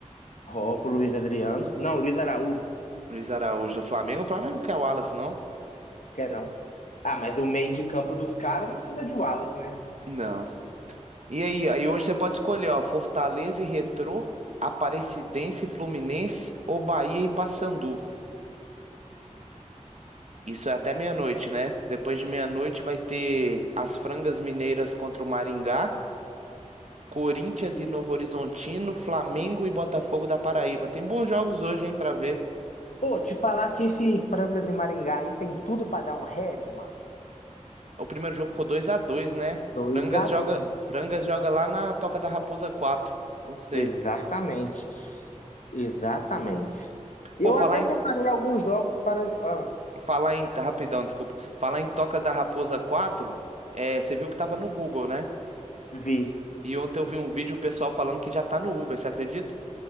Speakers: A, on the left; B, on the right.
A: Ó, pro Luiz Adriano. Não, Luiz Araújo,
B: Luiz Araújo do Flamengo. O Flamengo não quer o Wallace, não?
A: quer não. Ah, mas o meio de campo dos caras não precisa de Wallace, né?
B: Não. E aí, aí hoje você pode escolher, ó, Fortaleza e Retrô, Aparecidense e Fluminense ou Bahia e Paysandu. Isso é até meia-noite, né? Depois de meia-noite vai ter as Frangas Mineiras contra o Maringá, Corinthians e Novo Horizontino, Flamengo e Botafogo da Paraíba. Tem bons jogos hoje, hein, pra ver.
A: Pô, te falar que esse Frangas e Maringá aí tem tudo pra dar um head, mano.
B: O primeiro jogo ficou dois a dois, né?
A: Dois
B: Frangas
A: a
B: joga,
A: dois.
B: Frangas joga lá na Toca da Raposa quatro. Não sei.
A: Exatamente. Exatamente. Eu
B: Pô, falar
A: até
B: em
A: separei alguns jogos para jo- ah,
B: Falar em. Rapidão, desculpa. Falar em Toca da Raposa quatro é, você viu que tava no Google, né?
A: vi
B: E ontem eu vi um vídeo o pessoal falando que já tá no Uber, você acredita?